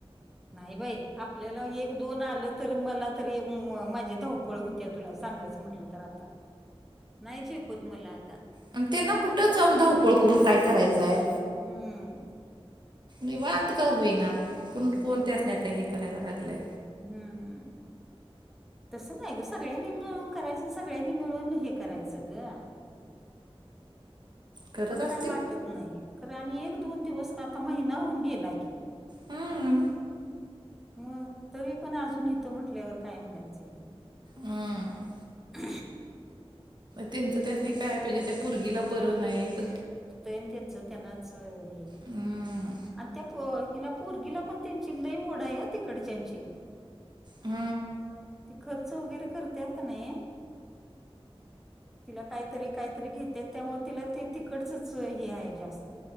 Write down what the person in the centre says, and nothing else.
नाही बाई आपल्याला एक दोन आलं तर मला तरी माझे धाव. ळ होत्या तुला सांगायचं म्हटलं तर आता नाही जपत मला आता.
हम्म
होय
की
हम्म. तसं नाही ग सगळ्यांनी मिळून करायच सगळ्यांनी मिळून हे करायचं ग.
मग
काय वाटत नाही खर आणि एक दोन दिवस का आता महिना होऊन गेला की इ.
मग तरी पण अजून इथं म्हटल्यावर काय म्हणायचं.
अ
तन त्यांचं त्यांनाच हे
आणि त्या हिला पोरगीला पण त्यांची लई ओढ आहे ना तिकडच्याची.
खर्च वगैरे करतेेत की नाही तिला काहीतरी काहीतरी घेतात त्यामुळे तिला ते तिकडचच हे आहे जास्त.